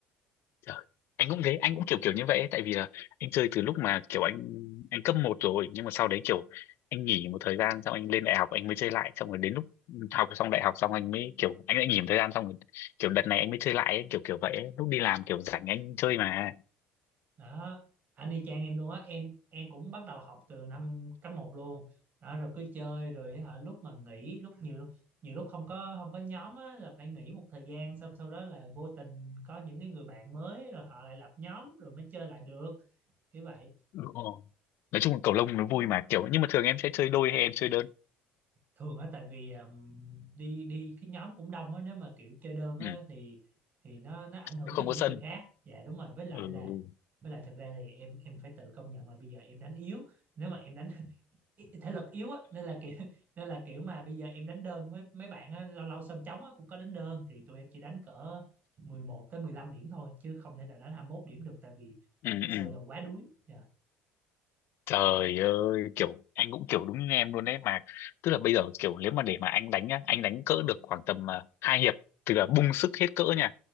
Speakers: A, on the left; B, on the right.
A: Trời, anh cũng thế anh cũng kiểu kiểu như vậy ấy, tại vì là anh chơi từ lúc mà kiểu anh anh cấp một rồi nhưng mà sau đấy kiểu anh nghỉ một thời gian xong anh lên đại học anh mới chơi lại xong rồi đến lúc học xong đại học xong anh mới kiểu anh lại nghỉ một thời gian xong rồi kiểu đợt này anh mới chơi lại ấy, kiểu kiểu vậy ấy. lúc đi làm kiểu rảnh anh chơi mà
B: đó anh y chang em luôn á em em cũng bắt đầu học từ năm cấp một luôn đó rồi cứ chơi rồi hả lúc mà nghỉ lúc nhiều nhiều lúc không có không có nhóm á là phải nghỉ một thời gian xong sau đó là vô tình có những cái người bạn mới rồi họ lại lập nhóm rồi mới chơi lại được kiểu vậy
A: Đúng rồi. nói chung là cầu lông nó vui mà kiểu nhưng mà thường em sẽ chơi đôi hay em chơi đơn
B: thường á tại vì um, đi đi cái nhóm cũng đông á nếu mà kiểu chơi đơn á
A: ừ.
B: thì thì nó nó ảnh hưởng
A: không
B: tới những
A: có sân
B: người khác dạ đúng rồi với lại
A: ừ.
B: là với lại thực ra thì em em phải tự công nhận là bây giờ em đánh yếu nếu mà em đánh ý- thể lực yếu á nên là kiểu <laughs> nên là kiểu mà bây giờ em đánh đơn với mấy bạn á, lâu lâu sân trống á, cũng có đánh đơn thì tụi em chỉ đánh cỡ 11 tới 15 điểm thôi chứ không thể nào đánh 21 điểm được tại vì
A: Ừ,
B: thật
A: ừ.
B: sự là quá đuối Dạ.
A: Trời ơi, kiểu anh cũng kiểu đúng như em luôn đấy mà. Tức là bây giờ kiểu nếu mà để mà anh đánh nhá, anh đánh cỡ được khoảng tầm à, hai hiệp, tức là bung sức hết cỡ nha,